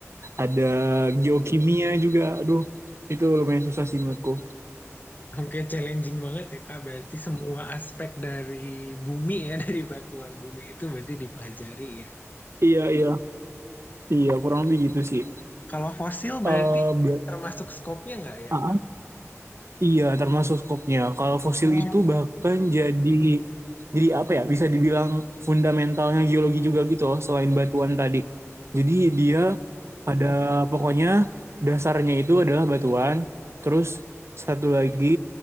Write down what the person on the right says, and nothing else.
ada geokimia juga aduh itu lumayan susah sih menurutku
iya iya iya kurang lebih gitu sih
eh ber-
ah,
Iya, termasuk skopnya. Kalau fosil
itu bahkan jadi jadi apa ya? Bisa dibilang fundamentalnya geologi juga gitu loh, selain batuan tadi. Jadi dia ada pokoknya dasarnya itu adalah batuan, terus satu lagi